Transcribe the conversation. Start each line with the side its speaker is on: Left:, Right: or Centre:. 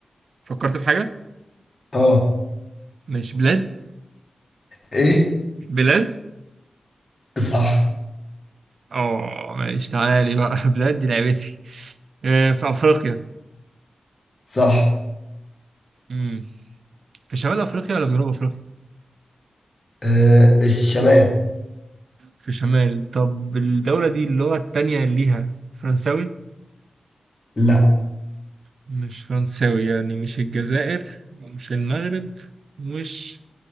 Right: فكرت في حاجة
Left: اه
Right: ماشي بلاد
Left: ايه
Right: بلاد
Left: صح
Right: اه ماشي تعالى لي بقى <laughs> بلاد دي لعبتي آه في أفريقيا
Left: صح
Right: مم. في شمال أفريقيا ولا في جنوب أفريقيا
Left: آه الشمال
Right: في شمال طب الدولة دي اللغة التانية ليها فرنساوي
Left: لا
Right: مش فرنساوي يعني مش الجزائر مش المغرب مش